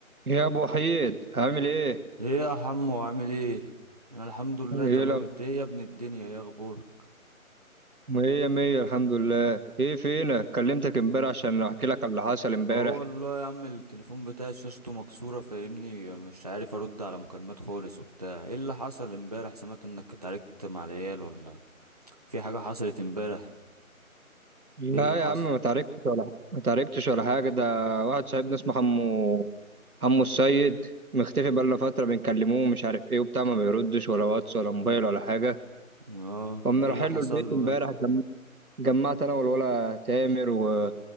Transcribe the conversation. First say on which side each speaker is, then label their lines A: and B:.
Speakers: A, on the right; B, on the right.
A: يا ابو حيد عامل ايه
B: ايه يا حمو عامل ايه انا الحمد لله
A: ايه
B: تمام
A: الاخبار
B: انت ايه يا ابن الدنيا ايه اخبارك
A: مية مية الحمد لله ايه فينك كلمتك امبارح عشان احكي لك على اللي حصل امبارح
B: هو والله يا عم التليفون بتاعي شاشته مكسوره فاهمني مش عارف ارد على مكالمات خالص وبتاع ايه اللي حصل امبارح سمعت انك اتعاركت مع العيال ولا في حاجه حصلت امبارح
A: لا
B: ايه اللي حصل
A: يا عم ما تعاركتش ولا حاجه ما تعاركتش ولا حاجه ده واحد صاحبنا اسمه حمو حمو السيد مختفي بقالنا فتره بنكلموه ومش عارف ايه وبتاع ما بيردش ولا واتس ولا موبايل ولا حاجه
B: اه
A: قمنا
B: ده ايه
A: رايحين
B: اللي حصل
A: له البيت
B: له
A: امبارح
B: ده
A: جم- جمعت انا والولا تامر و...